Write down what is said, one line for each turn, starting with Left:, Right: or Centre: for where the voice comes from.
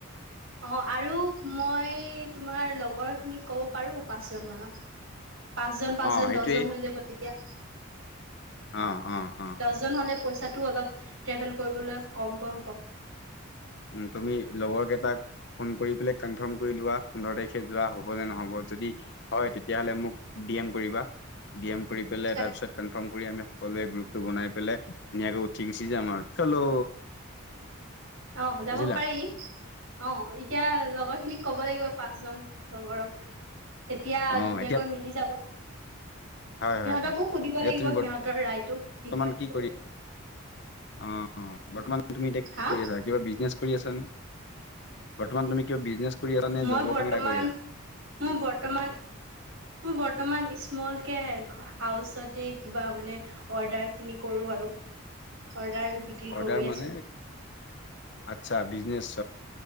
Right: অ' আৰু মই তোমাৰ লগৰ খিনিক ক'ব পাৰো পাঁচ জন মানক। পাঁচজন পাঁচ
Left: অ
Right: জন
Left: সেইটোৱেই
Right: দহজন হৈ যাব তেতিয়া
Left: অ অ অ
Right: জন হলে পইচাটো অলপ ট্ৰেভেল কৰিবলৈ কমকৈ হ'ব।
Left: উম তুমি লগৰকেটাক ফোন কৰি পেলাই কনফাৰ্ম কৰি লোৱা পোন্ধৰ তাৰিখে যোৱা হব নে নহ'ব যদি হয় তেতিয়া হ'লে মোক ডি এম কৰিবা ডি এম কৰি পেলায়
Right: তাক
Left: তাৰ পিছত কনফাৰ্ম কৰি আমি সকলোৱে গ্ৰুপটো বনাই পেলাই ধুনীয়াকে উঠি গুচি যাম আৰু। চলো
Right: অ' যাব
Left: বুজিলা
Right: পাৰি। অ' এতিয়া লগৰ খিনিক ক'ব লাগিব পাঁচজন লগৰক তেতিয়া
Left: অ
Right: ধুনীয়াকৈ
Left: এতিয়া
Right: মিলি যাব।
Left: হয়
Right: সিহতকো
Left: হয় হয়
Right: সুধিব
Left: এতিয়া
Right: লাগিব
Left: তুমি
Right: সিহঁতৰ ৰায়টো কি
Left: বৰ্তমান
Right: হয়।
Left: কৰি অ' অ' বৰ্তমান তুমি এতিয়া কি
Right: হা
Left: কৰি আছা কিবা বিজনেচ কৰি আছানে বৰ্তমান তুমি কিবা বিজনেছ কৰি আছানে নে
Right: মই
Left: জবৰ
Right: বৰ্তমান
Left: কাৰণে <unintelligible> কৰি আছা
Right: মোৰ বৰ্তমান <unintelligible> বৰ্তমান স্মল কে হাউচতে কিবা মানে অৰ্ডাৰ খিনি কৰো আৰু। অৰ্ডাৰ বিক্ৰী কৰি
Left: অৰ্ডাৰ
Right: আছো
Left: মানে আচ্ছা বিজনেচ।